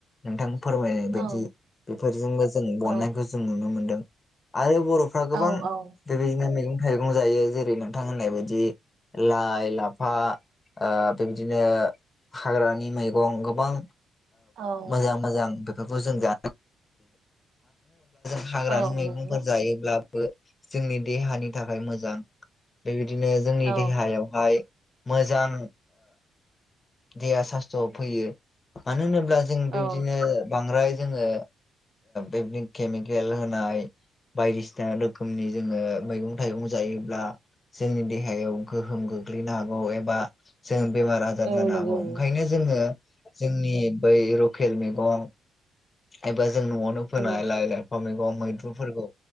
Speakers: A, on the left; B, on the right.
A: नोंथां फोरमायनाय बायदि
B: औ
A: बेफोरजोंनो जों
B: औ
A: बननायखौ जों नुनो मोनदों आरो बर'फ्रा गोबां
B: औ औ
A: बेबायदिनो मैगं थाइगं जायो जेरै नोंथां होननाय बायदि लाइ लाफा ओ बेबायदिनो हाग्रानि मैगं गोबां
B: औ
A: मोजां मोजां बेफोरखौ <unintelligible> हाग्रानि
B: औ
A: मैगंफोर
B: नंगौ
A: जायोब्लाबो जोंनि देहानि थाखाय मोजां। बेबायदिनो जोंनि
B: औ
A: देहायावहाय मोजां देहा सास्थ्र'आव फैयो मानो होनोब्ला जों बेबदिनो
B: औ
A: बांद्राय जोङो बेदिनो केमिकेल होनाय बायदिसिना रोखोमनि जोङो मैगं थाइगं जायोब्ला जोंनि देहायाव गोहोम गोग्लैनो हागौ एबा जों बेमार आजार
B: औ
A: जानो
B: नंगौ
A: हागौ ओंखायनो जोङो जोंनि बै लकेल मैगं एबा जों न'आवनो फोनाय
B: औ
A: लाइ लाइफां मैगं मैद्रुफोरखौ